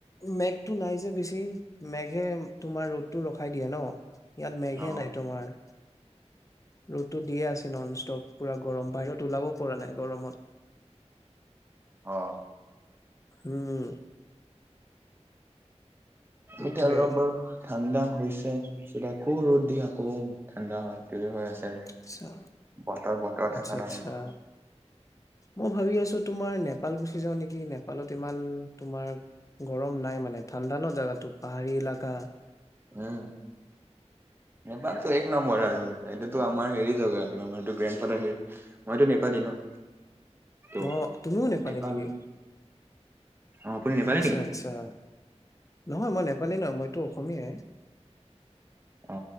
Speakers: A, on the left; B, on the right.
A: মে টো নাই যে বেছি ম হে তোমাৰ ৰ'দতটো ৰখাই দিয়ে ন ইয়াত মেঘে
B: অ',
A: নাই তোমাৰ ৰ'দটো দিয়ে আছে নন ষ্টপ পুৰা গৰম বাহিৰত ওলাব পৰা নাই গৰমত
B: অ
A: হম সেইটোয়ে
B: এতিয়া ৰবৰ ঠাণ্ডা হৈছেিত আকৌ ৰ'দ দি আকৌ ঠাণ্ডা হয় ত হৈ আছে
A: আচ্ছা
B: বতৰ বতৰ
A: আচ্ছা
B: থকা
A: আচ্ছা
B: নাই আৰু
A: মই ভাবি আছো তোমাৰ নেপাল গুচি যাওঁ নেকি নেপালত ইমান তোমাৰ গৰম নাই মানে ঠাণ্ডা ন জেগাতো পাহাৰী এলেকাা
B: উম নেপালটো এক নম্বৰ আৰু এটোটোো আমাৰ হেৰি জগা আৰু আমাৰতো গ্ৰেণ্ড ফাদাৰ হে মইতো নেপালি ন ত'
A: ন তুমিও নেপালি
B: নেপাল
A: নেকি
B: অ' আপুনি নেপালী
A: আচ্ছা
B: নেকি?
A: আচ্ছা নহয় মই পালি ন মইতো অসমীয়া
B: অ